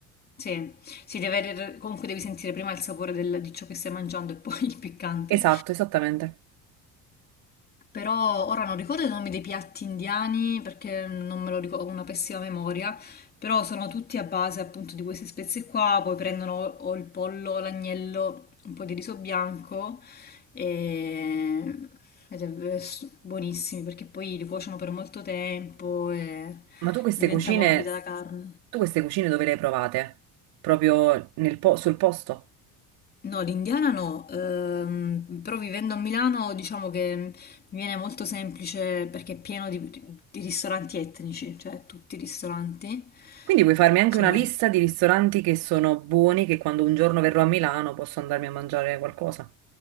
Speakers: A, on the left; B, on the right.
A: Sì, si deve, comunque devi sentire prima il sapore del- di ciò che stai mangiando e <laughs> poi il piccante.
B: Esatto, esattamente.
A: Però ora non ricordo i nomi dei piatti indiani perché non me lo ricordo, ho una pessima memoria, però sono tutti a base appunto di queste spezie qua, poi prendono o il pollo, o l'agnello, un po' di riso bianco e... ed è eh, s- buonissimi perché poi li cuociono per molto tempo e
B: Ma tu queste
A: diventa
B: cucine,
A: morbida la carne.
B: tu queste cucine dove le hai provate? Proprio nel po- sul posto?
A: No, l'indiana no, ehm, però vivendo a Milano diciamo che mi viene molto semplice perché è pieno di, di ristoranti etnici, cioè tutti i ristoranti
B: Quindi puoi farmi anche
A: sono...
B: una lista
A: e-
B: di ristoranti che sono buoni, che quando un giorno verrò a Milano posso andarmi a mangiare qualcosa.